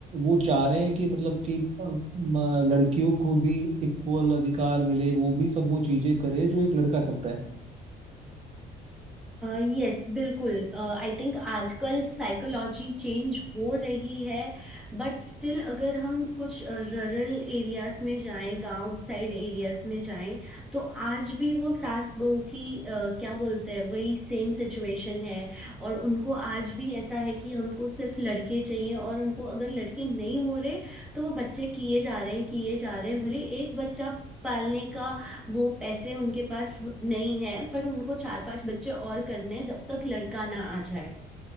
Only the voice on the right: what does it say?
वो चाह रहे हैं कि मतलब कि अ, म, लड़कियों को भी इक्वल अधिकार मिले वो भी सब वो चीजें करे जो एक लड़का करता है